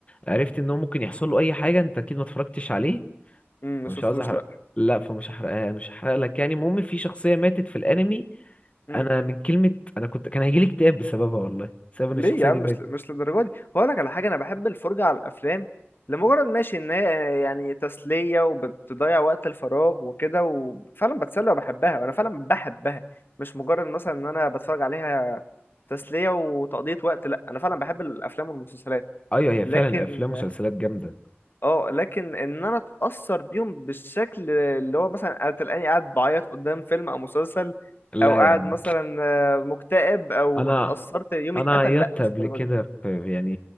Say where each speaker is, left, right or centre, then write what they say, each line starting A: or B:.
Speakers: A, on the left (about 30°); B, on the left (about 50°).
A: عرفت ان هو ممكن يحصل له اي حاجه انت اكيد ما اتفرجتش عليه
B: امم ما
A: فمش
B: شفتوش
A: عاوز احرق
B: لا
A: لا فمش هحرقها مش هحرق لك يعني المهم في شخصيه ماتت في الانمي
B: امم
A: انا من كلمه انا كنت كان هيجيلي اكتئاب بسببها والله بسبب ان
B: ليه
A: الشخصيه
B: يا عم
A: دي
B: مش
A: ماتت
B: مش للدرجه دي هقول لك على حاجه انا بحب الفرجه على الافلام لمجرد ماشي ان هي آه، يعني تسليه وبتضيع وقت الفراغ وكده وفعلا بتسلى وبحبها وانا فعلا بحبها مش مجرد مثلا ان انا بتفرج عليها تسليه وتقضيه وقت لا انا فعلا بحب الافلام والمسلسلات
A: ايوه هي
B: لكن
A: فعلا الافلام والمسلسلات جامده
B: اه لكن ان انا اتاثر بيهم بالشكل اللي هو مثلا تلاقيني قاعد بعيط قدام فيلم او مسلسل
A: لا
B: او قاعد
A: يا عم
B: مثلا آه، مكتئب او
A: انا
B: اتاثرت يومي
A: انا
B: اتقفل
A: عيطت
B: لا مش
A: قبل
B: الدرجه
A: كده
B: دي
A: في يعني